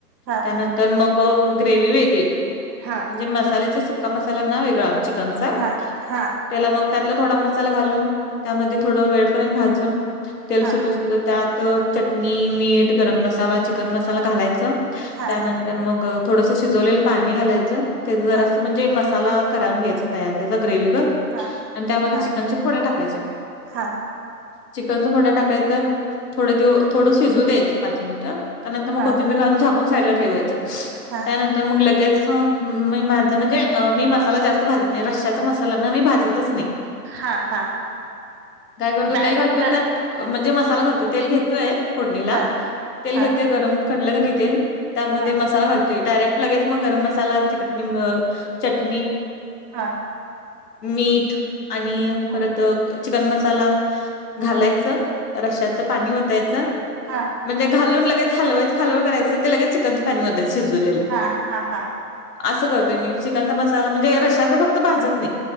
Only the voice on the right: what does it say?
हा
हा,
हा
हा
हा
हा
हा
हा
हा
हा
हा
हा हा
डायरेक्ट
हा
हा
हा
हा,
हा
हा
हा,
हा हा हा,